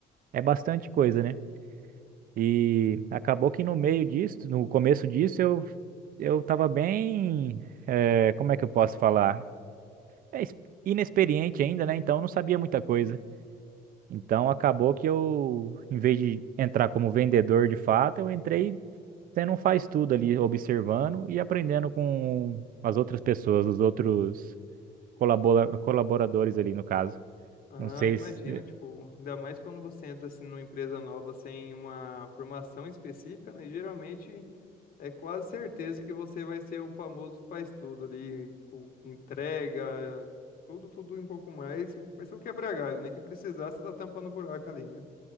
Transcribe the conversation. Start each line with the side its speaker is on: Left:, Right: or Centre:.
Right: é bastante coisa, né? E acabou que no meio disso, no começo disso, eu, eu tava bem, é, como é que eu posso falar? É, es- inexperiente ainda, né? Então eu não sabia muita coisa. Então acabou que eu, em vez de entrar como vendedor de fato, eu entrei sendo um faz-tudo ali, observando e aprendendo com as outras pessoas, os outros colabora- colaboradores ali no caso.
Left: Ah,
Right: Não sei
Left: imagino,
Right: se
Left: tipo, ainda mais quando você entra, assim, numa empresa nova sem uma formação específica, né? Geralmente É quase certeza que você vai ser o famoso faz tudo ali, tipo, entrega, tudo, tudo e um pouco mais. Vai ser o quebra-galho, né? Que precisar, você tá tampando o buraco ali, né?